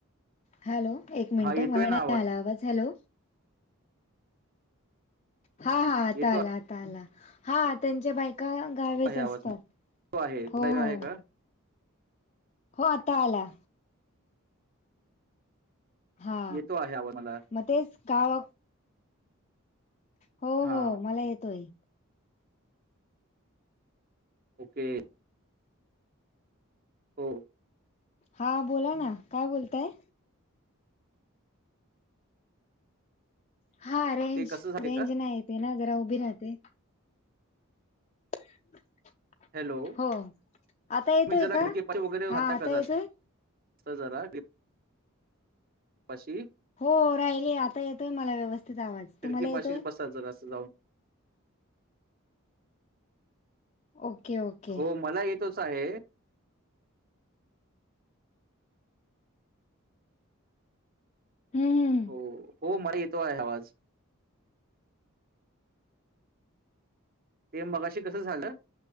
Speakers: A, on the left (about 30°); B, on the right (about 40°).
A: हॅलो एक मिनिट
B: हा येतोय
A: मला
B: ना
A: नाही आला आवाज हॅलो हा हा आता
B: येतो
A: आला आता आला हा त्यांच्या बाईक का गावेच
B: आहे आवाज
A: असतात
B: तो आहे तुला
A: हो हो
B: आहे का
A: हो आता आला हा
B: येतो आहे आवाज मला
A: मग तेच गाव हो
B: हा
A: हो मला येतोय
B: ओके हो
A: हां बोला ना काय बोलतय हा रेंज
B: ते कसं झाले
A: रेंज
B: का
A: नाही येते ना जरा उभी राहते <unintelligible>
B: हॅलो तुम्ही
A: हो आता येतोय
B: जरा
A: का
B: खिडकी पाणी वगैरे
A: हा
B: राहात
A: आता
B: का जा
A: येतोय
B: जरा पशी
A: हो राहिली आता येतोय मला व्यवस्थित आवाज
B: खिडकीपाशीच
A: तुम्हाला येतोय
B: बसा जरा असं
A: ओके ओके
B: हो मला येत तस आहे
A: हम्म हम्म
B: हो हो मला येतो आहे आवाज ते मगाशी कस झालं